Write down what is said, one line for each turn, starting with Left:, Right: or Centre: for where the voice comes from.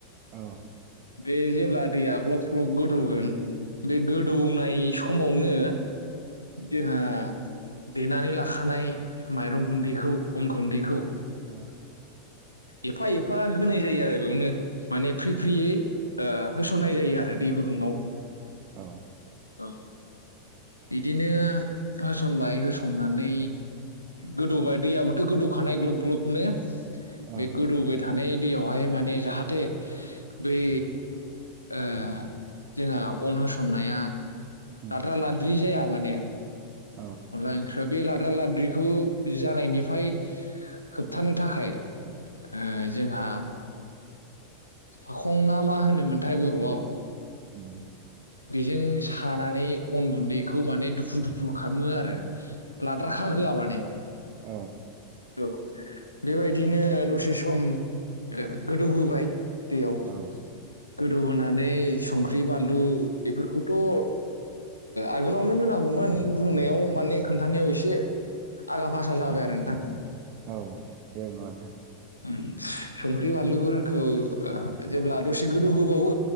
Right: औ।
Left: बे जेब्ला दैया ग्लब ग्लब गोदौगोन बे गोदौनाय सम समावनो जोंहा देनानै लाखानाय माइरं गुन्दैखौ अन गुन्दैखौ
Right: अ।
Left: एफा एफा होनाय जायो आरो बेयावनो माने फ्रि फ्रियै ओ होसननाय जायो आरो दै गुु गुदुंङाव।
Right: औ।
Left: ओं। इदिनो होसनबाय होसननानै गोदौबाय दैयाबोथ' गोदौखानाय ग्लब ग्लबनो
Right: औ
Left: बे गोदो बाय था थानाय दैयावहाय माने जाहाथे बै ओ जोंहा अन होसननाया
Right: औ
Left: लाद्रा लाद्रि जाया माने
Right: औ
Left: अनला ओंख्रैयाव बे लाद्रा लाद्रिखौ जानायनिफ्राय होबथानो थाखाय ओ जोंहा साखं मा होनोमोनथाय बर'आव
Right: ओम।
Left: बेजों सानानै अन गुन्दैखौ माने दुफु दुफु खालामो आरो। लाद्रा खाहोआ माने
Right: औ
Left: औ बेबायदिनो दसे सम ओ गोदौहोबाय दैयाव
Right: औ।
Left: गोदौ होनोनानै संख्रि बानलु बेफोरखौथ' ओ आगोलावनो होनांगौमोन बुंनायाव
Right: औ
Left: माने खोन्थानायाव एसे एसे आगा फासा जाबाय आरो नोंथां।
Right: औ जेबो नङा नोंथां
Left: ओम संख्रि बानलुफोरखौ जेब्ला दसे गोदौ होबावो